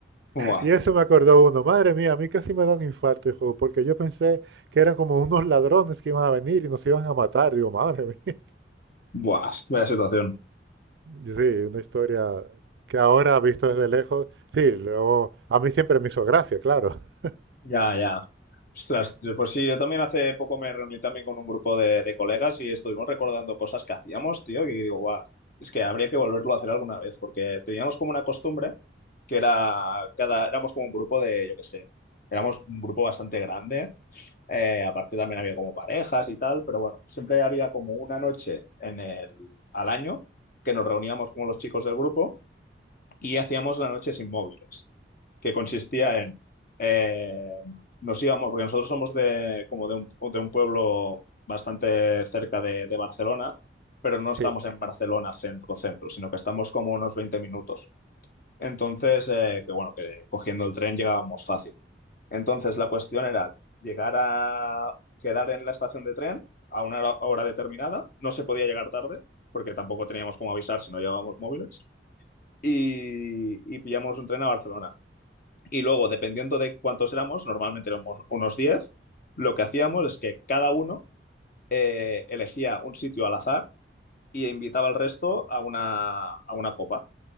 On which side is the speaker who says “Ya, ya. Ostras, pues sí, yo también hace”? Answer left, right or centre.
Left